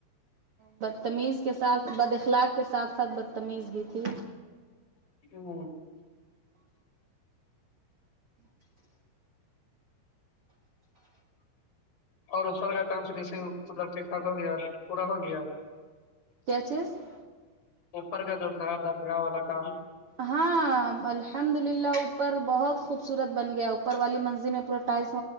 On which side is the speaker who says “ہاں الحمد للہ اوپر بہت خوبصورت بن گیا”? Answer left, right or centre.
Right